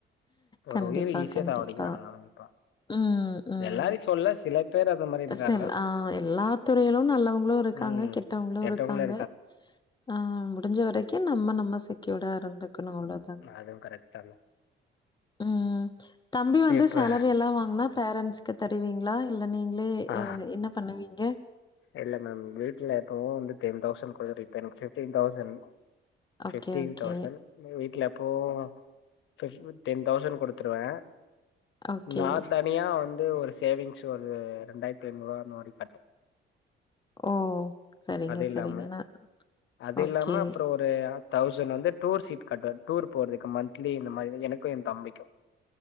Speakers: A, on the left; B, on the left.
A: கண்டிப்பா,
B: ஒரு உயிர் ஈசியா
A: கண்டிப்பா.
B: சாவடிக்கிறாங்கப்பா
A: ம், ம்.
B: எல்லாரையு சொல்ல சில பேர் அந்த மாரி இருக்காங்க
A: செல் ஆ எல்லா துறையிலு நல்லவுங்களு இருக்காங்க
B: ம்
A: கெட்டவுங்களு
B: கெட்டவங்களு
A: இருக்காங்க ஆ முடுஞ்ச வரக்கி நம்ம நம்ம செக்யோடா இருந்துக்கணு அவ்ளோதா
B: அதுவு கரெக்ட் தாங்க
A: ம் தம்பி வந்து
B: இப்ப
A: சேலரி எல்லா வாங்குனா பேரன்ஸ்கு தர் ட்டுவீங்ளா இல்ல நீங்களே
B: ஆ
A: எ என்ன பண்ணுவீங்க
B: இல்ல மேம் வீ்ட்ல எப்பவு வந்து டென்தௌசண் குடுதுட் இப்ப எனக்கு fifteen thousand
A: okay,
B: fifteen
A: okay,
B: thousand வீட்ல எப்பவு ஃபிப் டென் தௌசண் குடுத்துருவே
A: ஓகே.
B: நா தனியா வந்து ஒரு சேவிங்ஸ் ஒரு ரெண்டாயிர்த்தி ஐநூ ருவா இந்த மாரி கட்றே
A: ஓ! சரிங்க,
B: அது இல்லாம
A: சரிங்க. நான்
B: அது
A: ஓகே.
B: இல்லாம அப்றொ ஒரு ஒரு தௌசண் வந்து டூர் சீட் கட்டுவே டூர் போறதுக்கு மந்த்லி இந்த மாரி எனக்கு எ தம்பிக்கு